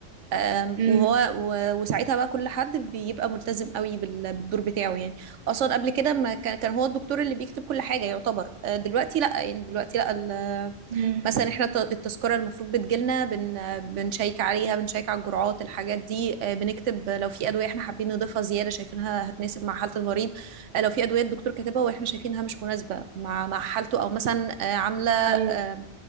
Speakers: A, on the right; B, on the right.
A: أم،
B: امم
A: وهو و- وساعتها بقى كل حد بيبقى ملتزم قوي بال- بالدور بتاعه يعني اصلا قبل كده ما كان كان هو الدكتور اللي بيكتب كل حاجه يعتبر أه، دلوقتي لا يعني دلوقتي لا ال-
B: امم
A: مثلا احنا الت- التذكره المفروض بتجيلنا بن بنشيك عليها بنشيك على الجرعات الحاجات دي أه، بنكتب لو في ادويه احنا حابين نضيفها زياده شايفينها هتناسب مع حاله المريض أه، لو في ادويه الدكتور كاتبها واحنا شايفينها مش مناسبه مع مع حالته او مثلا أه، عامله أه،
B: ايوه